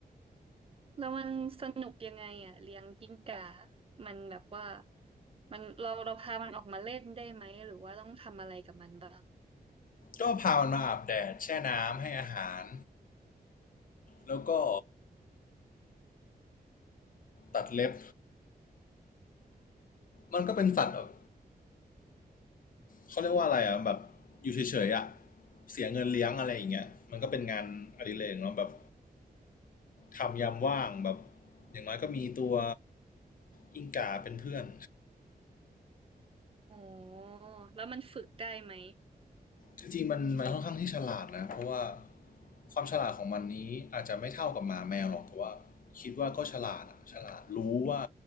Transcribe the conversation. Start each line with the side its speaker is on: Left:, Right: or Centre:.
Right: แล้วมันสนุกยังไงอ่ะเลี้ยงกิ้งก่ามันแบบว่ามันเราเราพามันออกมาเล่นได้ไหมหรือว่าต้องทำอะไรกับมันบ้าง
Left: ก็พามันมาอาบแดดแช่น้ำให้อาหารแล้วก็ตัดเล็บมันก็เป็นสัตว์แบบเขาเรียกว่าอะไรอ่ะแบบอยู่เฉยๆอ่ะเสียเงินเลี้ยงอะไรอย่างเงี้ยมันก็เป็นงานอดิเรกเนาะแบบทำยามว่างแบบอย่างน้อยก็มีตัวกิ้งก่าเป็นเพื่อน
Right: อ๋อแล้วมันฝึกได้ไหม
Left: จริงๆมันมันค่อนข้างที่ฉลาดนะเพราะว่าความฉลาดของมันนี้อาจจะไม่เท่ากับหมาแมวหรอกแต่ว่าคิดว่าก็ฉลาดอะฉลาดรู้ว่า